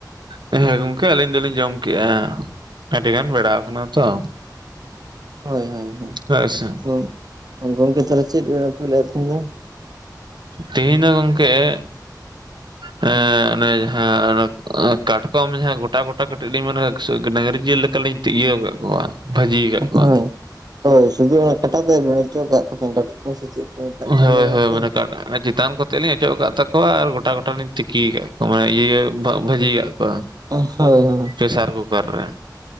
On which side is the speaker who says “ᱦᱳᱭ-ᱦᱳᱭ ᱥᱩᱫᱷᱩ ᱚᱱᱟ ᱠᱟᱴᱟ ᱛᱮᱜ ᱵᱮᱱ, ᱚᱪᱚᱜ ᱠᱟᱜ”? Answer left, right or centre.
Right